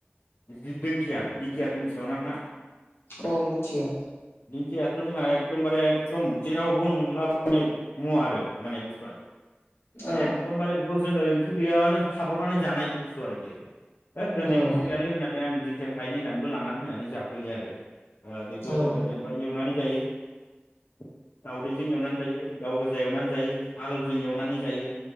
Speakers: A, on the left (about 65°); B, on the left (about 80°).
A: दि-दि-दिंखिया दिंखियाखौ मिथिखागौना नोंथां?
B: औ मिथिगो
A: खियाथ' जोंहा एकडमबारे दं जेरावबो मोनलाबाय <inaudible> मुवा आरो माने बुस्थुआ
B: औ
A: एकडमबारे बेखौ जोङो ओंख्रि गैयाबानो खाब्रबनानै जानाय बुस्थु आरो बेयो। होद दोनै
B: औ
A: ओंख्रि गैयालै होननानै आं दिंखिया खायैनि होननानैबो लानानै फैनानै जाफैनानै ओ बेखौ
B: औ
A: जोङो जेनेबा एवनानै जायो <inaudible> दावदैजों एवनानै जायो गावगोजा एवनानै जायो आलुजों एवनानै जायो,